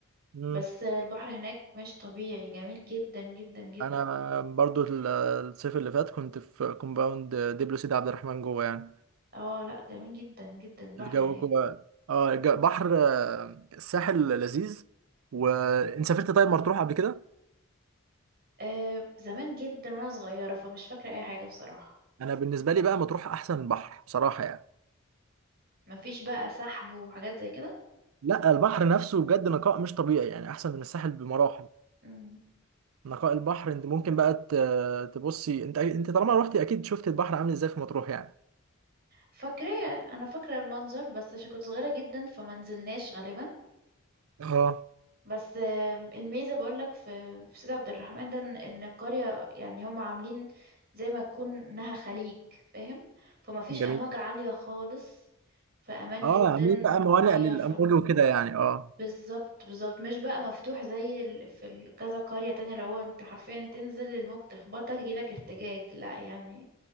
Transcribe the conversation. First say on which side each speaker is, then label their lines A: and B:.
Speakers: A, on the right; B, on the right.
A: مم.
B: بس البحر هناك مش طبيعي جميل جدا جدا جدا
A: انا برضو ال- الصيف اللي فات كنت في كومباوند دبلو سيدي عبد الرحمن جوه يعني
B: اه لا جميل جدا جدا البحر
A: الجو
B: هناك
A: جوه اه الج- بحر آه، الساحل لذيذ وانت سافرت طيب مطروح قبل كده
B: آه زمان جدا وانا صغيرة فمش فاكرة اي حاجة بصراحة
A: انا بالنسبه لي بقى مطروح احسن بحر بصراحه يعني
B: مفيش بقى سحب وحاجات زي كده
A: لا البحر نفسه بجد نقاء مش طبيعي يعني احسن من الساحل بمراحل
B: مم.
A: نقاء البحر انت ممكن بقى ت- تبصي انت انت طالما روحتي اكيد شفت البحر عامل ازاي في مطروح يعني
B: فاكرة انا فاكرة المنظر بس عشان كنت صغيرة جدا فمنزلناش غالبا
A: اه
B: بس آم، الميزة بقولك في في سيد عبد الرحمن ده ان إن القرية يعني هم عاملين زي ما تكون انها خليج فاهم فما فيش
A: جميل
B: امواج عالية خالص في امان
A: اه
B: جدا
A: عاملين بقى
B: والمية
A: موانئ للامور
B: فل...
A: وكده يعني اه
B: بالظبط بالظبط مش بقى مفتوح زي ال... في ال- كذا قرية تانية اللي هو انت حرفيا تنزل الموج تخبطك يجيلك ارتجاج لا يعني